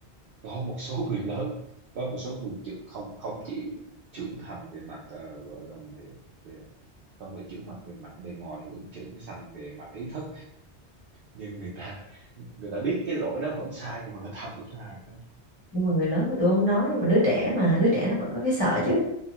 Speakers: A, on the right; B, on the left.
A: có một số người lớn có một số người trưởng- không không chỉ trưởng thành về mặt ờ, gọi là về, về không phải trưởng mặt về mặt bề ngoài lẫn trưởng thành về mặt ý thức nhưng người ta người ta biết cái lỗi đó vẫn sai nhưng mà người ta vẫn làm đó
B: nhưng mà người lớn thì tôi không nói mà đứa trẻ mà đứa trẻ nó vẫn có cái sợ
A: ừ,
B: chứ